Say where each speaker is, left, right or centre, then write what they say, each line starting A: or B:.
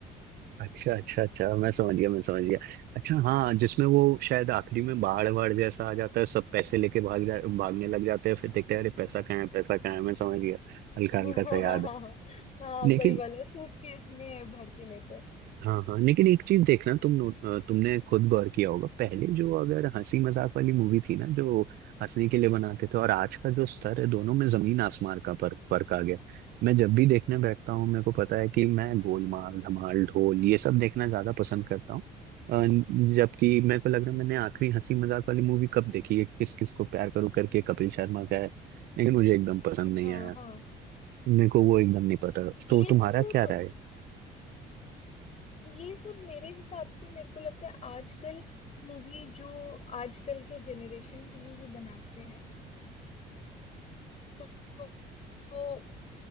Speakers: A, on the right; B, on the left.
A: अच्छा अच्छा अच्छा मैं समझ गया मैं समझ गया अच्छा हाँ जिसमें वो शायद आखिरी में बाढ़ बाढ़ जैसा आ जाता है सब पैसे लेके भाग जा भागने लग जाते हैं फिर देखते हैं अरे पैसा कहाँ है पैसा कहाँ है मैं समझ गया
B: <laughs>
A: हल्का
B: हाँ
A: हल्का
B: हाँ
A: सा याद
B: हाँ हाँ
A: है
B: हाँ हाँ, वही
A: लेकिन
B: वाला सूट केस में भर के लेते
A: हाँ हाँ लेकिन एक चीज देखना तुम नोट अ, तुमने खुद गौर किया होगा पहले जो अगर हंसी मजाक वाली मूवी थी ना जो हंसने के लिए बनाते थे और आज का जो स्तर है दोनों में जमीन आसमान का फर्क फर्क आ गया मैं जब भी देखने बैठता हूँ मेरे को पता है कि मैं गोलमाल धमाल ढोल ये सब देखना ज्यादा पसंद करता हूँ अ, जबकि मेरे को लग रहा है मैंने आखिरी हंसी मजाक वाली मूवी कब देखी है किस किस को प्यार करूं करके कपिल शर्मा का है लेकिन मुझे एकदम पसंद
B: हैं
A: नहीं
B: हाँ
A: आया
B: हाँ
A: मेरे को वो एकदम नहीं पता तो
B: ये
A: तुम्हारा
B: सब
A: क्या राय
B: ये सब मेरे हिसाब से मेरे को लगता है आजकल मूवी जो आजकल के जेनरेशन के लिए जो बनाते हैं तो तो